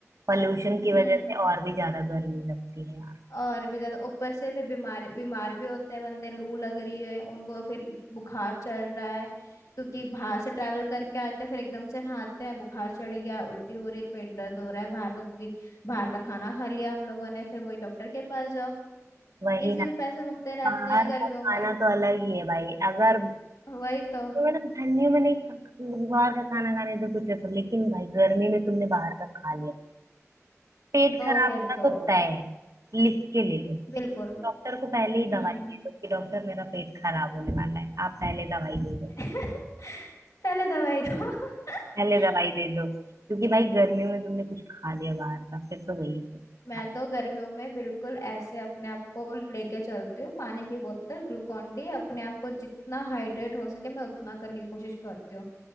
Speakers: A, on the right; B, on the left.
A: पॉल्यूशन की
B: हम्म
A: वजह से और भी ज्यादा गर्मी लगती है यार
B: और भी ज्यादा ऊपर से फिर बीमार बीमार भी होते हैं बंदे लू लग रही है उनको फिर बुखार चढ़ रहा है क्योंकि बाहर से ट्रैवल करके आते हैं फिर एकदम से नहाते हैं बुखार चढ़ गया उल्टी हो रही है पेट दर्द हो रहा है बाहर का क्योंकि बाहर का खाना खा लिया हम लोगों ने फिर वही डॉक्टर के पास जाओ
A: वही
B: इसी
A: ना
B: में पैसे मुकते रहते
A: बाहर
B: हैं गर्मियों
A: का खाना
B: में
A: तो अलग ही है भाई अगर
B: वही तो
A: तो मतलब ठंडियों में नहीं खा- बाहर का खाना खाने से कुछ असर लेकिन भाई गर्मी में तुमने बाहर का खा लिया पेट
B: तो
A: खराब
B: फिर
A: होना
B: तो
A: तो तय है लिख के ले लो
B: बिल्कुल
A: डॉक्टर को पहले ही
B: हम्म
A: दवाई दे दो कि डॉक्टर मेरा पेट खराब होने वाला है आप पहले दवाई दे दो
B: <laughs> पहले दवाई दो <laughs>
A: पहले दवाई दे दो क्योंकि भाई गर्मियों में तुमने कुछ खा लिया बाहर का फिर तो गई फिर
B: मैं
A: हाँ,
B: तो गर्मियों में बिल्कुल ऐसे अपने आप को लेके चलती हूँ पानी की बोतल ग्लूकॉन डी अपने आप को जितना हाइड्रेट हो सके मैं उतना करने की कोशिश करती हूँ